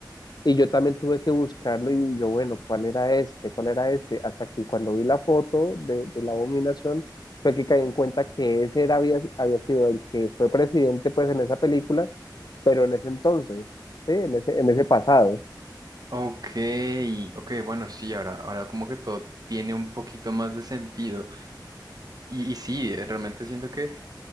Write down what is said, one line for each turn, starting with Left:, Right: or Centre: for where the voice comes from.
Left: Y yo también tuve que buscarlo y yo, bueno, ¿cuál era este? ¿Cuál era este? Hasta que cuando vi la foto de, de La Abominación, fue que caí en cuenta que ese era, había, había sido el que fue presidente pues en esa película, pero en ese entonces, ¿sí? En ese, en ese pasado.
Right: ok, ok, bueno, sí, ahora, ahora como que todo tiene un poquito más de sentido. Y, y sí, eh, realmente siento que